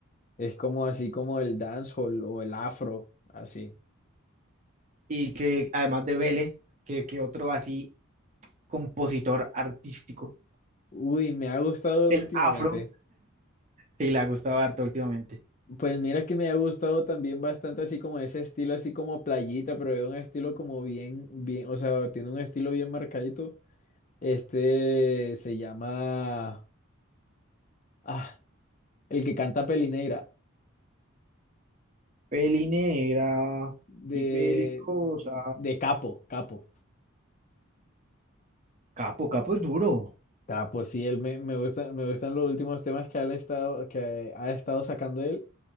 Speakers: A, on the left (about 35°); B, on the right (about 35°).
A: Es como así como el dancehall o el afro, así.
B: y que además de Vélez, que, que otro así compositor artístico
A: Uy, me ha gustado
B: del
A: últimamente.
B: afro, sí le ha gustado harto últimamente.
A: Pues mira que me ha gustado también bastante así como ese estilo, así como playita, pero es un estilo como bien, bien, o sea, tiene un estilo bien marcadito. Este se llama, ah, el que canta Pelinegra,
B: Peli negra
A: de,
B: y pelicosa.
A: de Capo, Capo.
B: Capo, Capo es duro.
A: Capo, sí, él me, me gusta, me gustan los últimos temas que ha estado, que ha estado sacando él,